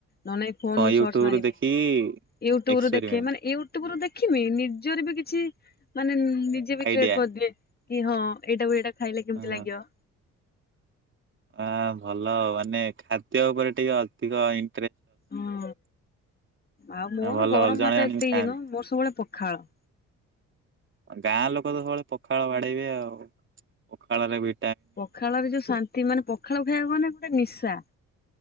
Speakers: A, on the left; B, on the right.
A: ନ ନାଇଁ ଫୋନ
B: କଣ
A: ରୁ
B: ୟୁଟ୍ୟୁବରୁ
A: ସର୍ଚ୍ଚ ମାରିବି,
B: ଦେଖିକି
A: ୟୁଟ୍ୟୁବୁରୁ
B: ଏକ୍ସପେରିମେଣ୍ଟ
A: ଦେଖେ ମାନେ, ୟୁ ଟ୍ୟୁବ ରୁ ଦେଖିବି ନିଜରେ ବି କିଛି, ମାନେ ନିଜେ ବି
B: ଆଇଡିଆ
A: କ୍ରିଏଟ କରିଦିଏ। କି ହଁ ଏଇଟାକୁ ଏଇଟା ଖାଇଲେ କେମିତି
B: ହଁ।
A: ଲାଗିବ?
B: ଆ ଭଲ ଆଉ ମାନେ ଖାଦ୍ୟ ଉପରେ ଟିକେ ଅଧିକ ଇଁ
A: ହୁଁ ଆଉ ମୋର
B: ଭଲ
A: ଗରମ
B: ଭଲ ଜଣେ
A: ଭାତ
B: ଜଣେ
A: ଏତେ
B: ଥାଆନ୍ତି
A: ଇଏ ନୁହଁ ମୋର ସବୁବେଳେ ପ ଖାଳ
B: ଗାଁ ଲୋକ ତ ସବୁବେଳେ ପଖାଳ ବାଡ଼େଇବେ ଆଉ, ପଖାଳରେ ଭି
A: ପଖାଳରେ ଯୋଉ ଶାନ୍ତି ମାନେ ପଖାଳ ଖାଇବାକୁ ମାନେ ପୁରା ନିଶା।